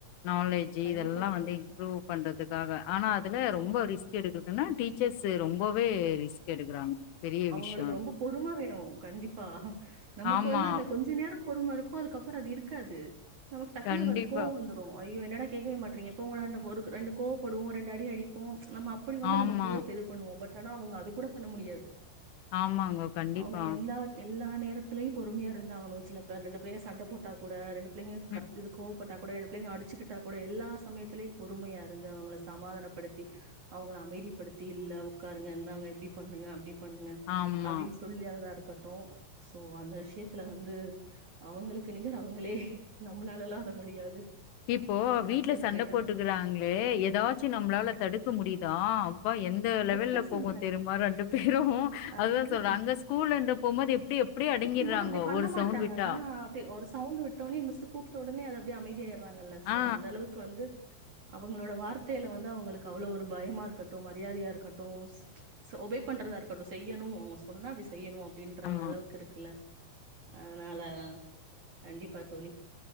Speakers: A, on the left; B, on the right.
A: நாலேஜ்ஜு
B: கண்டிப்பா
A: இதெல்லா
B: கண்டிப்பா.
A: வந்து இம்ப்ரூவ் பண்றதுக்காக ஆனா அதல்லா ரொம்ப ரிஸ்க் எடுக்கிறதுன்னா டீச்சர்ஸ் ரொம்பவே ரிஸ்க் எடுக்குறாங்க பெரிய
B: அவங்களுக்கு
A: விஷ்யோ
B: ரொம்ப
A: அது
B: பொறும வேணு கண்டிப்பா நமக்கு
A: ஆமா
B: வந்து அந்த கொஞ்சொ நேரோ பொறும ருக்கு அதுக்கப்பறோ அது இருக்காது நமக்கு டக்குன்னு
A: கண்டிப்பா
B: அது கோவொ வந்து ரோ ஐயோ என்னடா கேக்கவே மாட்றீங்க போங்கடா <unintelligible> ஒரு ரெண்டு கோவப்படுவோ ரெண்டு அடி அடிப்போ நம்ம அப் அப்படி வந்து
A: ஆமா
B: நம்ம கோவத்த இது பண்ணுவோ பட் ஆனா அவங்க அது கூட பண்ண முடியாது
A: ஆமாங்கோ கண்டிப்பா
B: அவ்ங்க எல்லா த் எல்லா நேரத்துலயு பொறுமையா இருந்தாகனு சிலப்பெ இந்த ரெண்டு பேர் சண்ட போட்டா கூட ரெண்டு பிளைங்க
A: ம்
B: கட் இது கோவப்பட்டா கூட பிளைங்க அடிச்சுக்கிட்டா கூட எல்லா சமயத்லயு பொறுமையா ருந்து அவங்கள சமாதானப்படுத்தி அவங்கள அமைதிப்படுத்தி இல்ல உக்காருங்க என்னங்க இப்டி பண்ணுங்க அப்டி பண்ணுங்க
A: ஆமா
B: அப்டின் தொல்லிஅலாரத இருக்கட்டு ஸோ அந்த விஷயத்துல வந்து அவங்களுக்கு நிகர் அவங்களே நம்மளாலலா அது முடியாது
A: இப்போ வீட்ல
B: அத்தன
A: சண்ட
B: பேர
A: போட்டு ர்ராங்ளே ஏதாச்சு நம்ளால தடுக்க முடியுதா அப்பா எந்த த்த லெவல்ல
B: அதுதா
A: போகு
B: சொல்றே
A: தெரியுமா ரெண்டு பேரு அத்தா
B: அததா
A: சொல்ற அங்க ஸ்கூல் வந்து போம்போது எப்டி எ எப்டி அடங்கிட்றாங்கோ
B: பண்ணும்போது அப்டி பண்ண
A: ஒரு
B: மாட்டாங்களா
A: சவுண்ட் விட்டா
B: ஒரு சவுண்ட் விட்டொனே மிஸ்ஸு கூப்ட்ட ஒடனே அது அப்டியே அமைதியாய்ற்றாங்கல்ல சோ
A: ஆ
B: அந்த அளவுக்கு வந்து அவங்களோட வார்த்தயில வந்து அவங்களுக்கு அவ்ளவு ஒரு பயமா ர்க்கட்டு மரியாதையா ர்க் க்கட்டும் ஒபே பண்றதா ருக்கட்டு செய்யணு சொன்னா அப்டி செய்யணு அப்டின்ற
A: ஆமா,
B: அளவுக்கு இருக்கில்ல அத்னால கண்டிப்பா தோழி